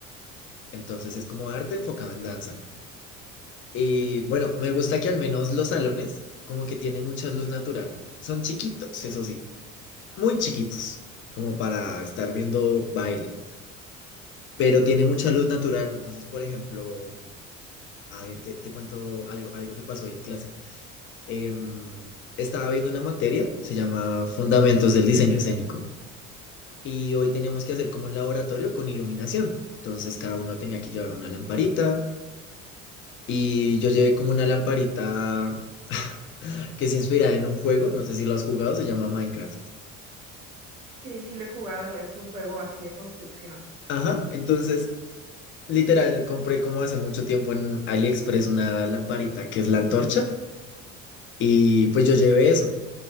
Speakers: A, on the left; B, on the right.
A: entonces es como arte enfocado en danza. Y bueno, me gusta que al menos los salones como que tienen mucha luz natural. Son chiquitos, eso sí, muy chiquitos, como para estar viendo baile, pero tiene mucha luz natural. Entonces, por ejemplo, a ver, te, te cuento algo, algo que pasó hoy en clase. Em, estaba viendo una materia, se llama Fundamentos del Diseño Escénico, y hoy teníamos que hacer como un laboratorio con iluminación. Entonces, cada uno tenía que llevar una lamparita y yo llevé como una lamparita... <laughs> que se inspira en un juego, no sé si lo has jugado, se llama Minecraft.
B: sí, sí lo he jugado, es un juego así de construcción.
A: Ajá, entonces, literal, compré como hace mucho tiempo en AliExpress una lamparita que es la antorcha y pues yo llevé eso.